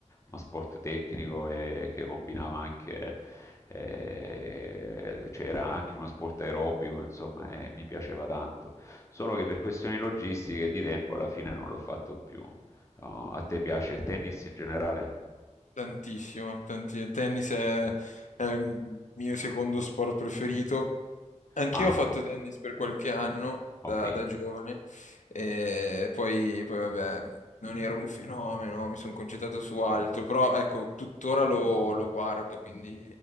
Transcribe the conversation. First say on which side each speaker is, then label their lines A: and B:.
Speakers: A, on the left (about 25°); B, on the left (about 75°).
A: uno sport tecnico e che combinava anche, eh, cioè era anche uno sport aerobico, insomma, e mi piaceva tanto, solo che per questioni logistiche e di tempo alla fine non l'ho fatto più. Oh, a te piace il tennis in generale?
B: Tantissimo, tanti- il Tennis è, è il mio secondo sport preferito. Anch'io
A: Ah,
B: ho fatto tennis per qualche anno
A: okay.
B: da, da giovane e poi, poi vabbè, non ero un fenomeno, mi sono concentrato su altro, però ecco, tuttora lo, lo guardo, quindi